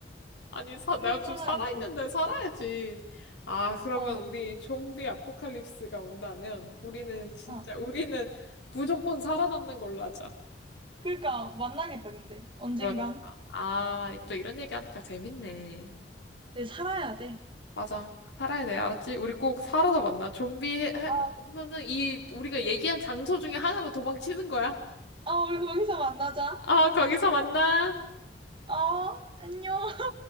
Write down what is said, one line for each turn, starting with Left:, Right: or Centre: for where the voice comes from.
Left: 아니, 사,
Right: 당연히
Left: 내가 좀
Right: 살아야지.
Left: 살아있는데 살아야지. 아, 그러면
Right: 어,
Left: 우리 좀비 아포칼립스가 온다면 우리는 진짜,
Right: 어.
Left: 우리는 무조건 살아남는 걸로 하자.
Right: 그러니까 만나겠다, 근데. 언젠간.
Left: 그러니까. 아, 또 이런 얘기하니까 재밌네.
Right: 네, 살아야 돼.
Left: 맞아. 살아야 돼. 알았지? 우리 꼭 살아서 만나. 좀비 해- 해-
Right: 아,
Left: 하면은 이 우리가 얘기한 장소 중에 하나로 도망치는 거야.
Right: 아, 우리 거기서 만나자.
Left: 아, 거기서 만나.
Right: 어, 안녕.